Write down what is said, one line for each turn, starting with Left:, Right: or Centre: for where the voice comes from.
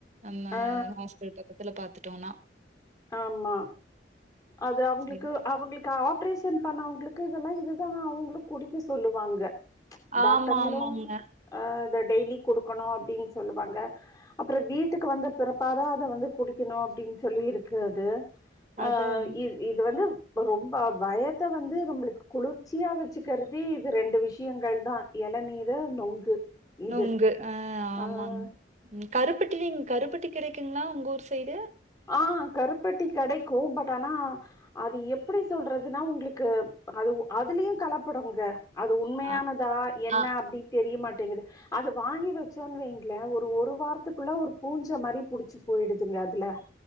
Right: நம்ம
Left: ஆ
Right: ஹாஸ்டல் பக்கத்துல பாத்துட்டோன்னா
Left: ஆம்மா அது அவங்ளுக்கு
Right: சரி.
Left: அவங்ளுக்கு ஆப் ஆப்ரேஷன் பண்ணவங்ளுக்கு இதெல்லா இதுதா அவங்ளுக்கு குடிக்க சொல்லுவாங்க ச் டாக்டர்ங்களு
Right: ஆமா, ஆமாங்க.
Left: அ தட் டெய்லி கொடுக்கணு அப்டின் சொல்லுவாங்க அப்புரோ வீட்டுக்கு வந்த பிறப்பாத அத வந்து குடிக்கணு அப்டின் சொல்லி இருக் க்கு அது
Right: அதான்
Left: ஆஹ்
Right: அது.
Left: இ இது வந்து ரொம்ப வயத்த வந்து நம்ளுக்கு குளிர்ச்சியா வச்சுக்கறதே இது ரெண்டு விஷயங்கள் தா எளநீரு நொங்கு இது
Right: நொங்கு ஆஹ் ஆமாங்
Left: ஆ
Right: ம் கருப்பட்டிலிங் கருப்பட்டி கிடைக்குங்ளா உங்க ஊர் ஸைடு
Left: ஆஹ் கருப்பட்டி கெடைக்கு பட் ஆனா அது எப்படி சொல்றதுனா உங்களுக்கு அது அதுலயு கலப்படொங்க அது உண்மையானதா
Right: அ
Left: என்ன
Right: ஆ.
Left: அப்படி தெரியமாட் டெங்கது அது வாங்கி வச்சொன் வெய்ங்ள ஒரு ஒரு வாரத்துக்குள்ள ஒரு பூஞ்ச மரி புடிச்சு போயிடுதுங்க அதுல